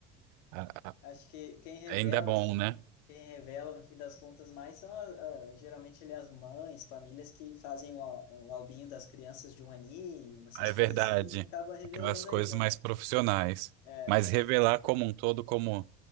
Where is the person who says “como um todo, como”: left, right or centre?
Right